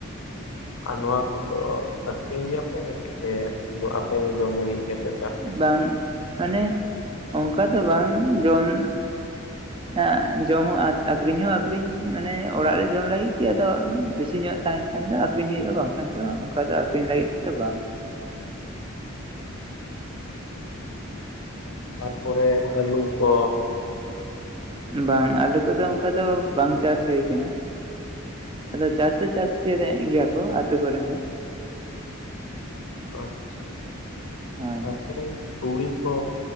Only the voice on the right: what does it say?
ᱵᱟᱝ ᱢᱟᱱᱮ ᱚᱱᱠᱟ ᱫᱚ ᱵᱟᱝ ᱡᱚᱢᱼᱼ ᱟ ᱡᱚᱢ ᱦᱚᱸ ᱟᱠᱷᱨᱤᱧ ᱦᱚᱸ ᱟᱠᱷᱨᱤᱧ ᱢᱟᱱᱮ ᱚᱲᱟᱜ ᱨᱮ ᱡᱚᱢ ᱞᱟᱜᱤᱫ ᱜᱮ ᱟᱫᱚ ᱵᱮᱥᱤ ᱧᱚᱜ ᱛᱟᱦᱮᱸᱱᱼᱼ ᱵᱟᱠᱷᱟᱱ ᱫᱚ ᱟᱠᱷᱨᱤᱧ ᱦᱩᱭᱩᱜ-ᱟ, ᱵᱟᱝᱠᱷᱟᱱ ᱫᱚ ᱚᱱᱠᱟ ᱫᱚ ᱟᱠᱷᱨᱤᱧ ᱞᱟᱹᱜᱤᱫ ᱫᱚ ᱵᱟᱝ᱾
ᱵᱟᱝ ᱟᱹᱞᱩ ᱠᱚᱫᱚ ᱚᱱᱠᱟ ᱫᱚ ᱵᱟᱝ ᱪᱟᱥ ᱦᱩᱭ ᱠᱟᱱᱟ᱾ ᱟᱫᱚ ᱪᱟᱥ ᱫᱚ ᱪᱟᱥ ᱜᱮ ᱫᱮᱜ ᱜᱮᱭᱟ ᱠᱚ ᱟᱹᱛᱩ ᱠᱚᱨᱮᱱ ᱫᱚ᱾
ᱦᱳᱭ